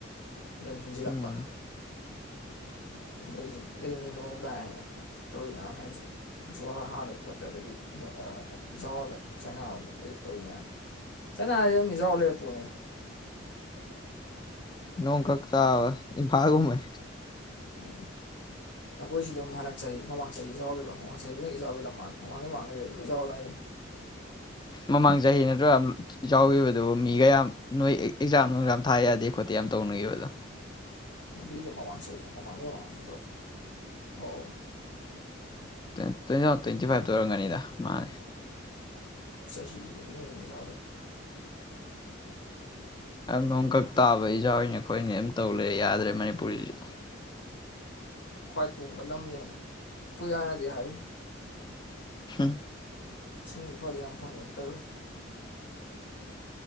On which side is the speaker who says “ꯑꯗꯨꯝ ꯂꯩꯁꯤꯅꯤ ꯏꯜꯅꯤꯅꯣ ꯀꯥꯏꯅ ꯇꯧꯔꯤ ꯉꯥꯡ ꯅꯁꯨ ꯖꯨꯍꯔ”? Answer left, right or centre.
Left